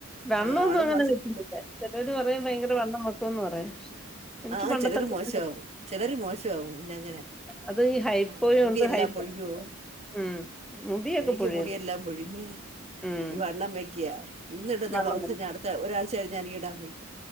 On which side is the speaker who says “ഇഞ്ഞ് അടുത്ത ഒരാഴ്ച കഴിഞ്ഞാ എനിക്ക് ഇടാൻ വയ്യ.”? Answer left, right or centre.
Right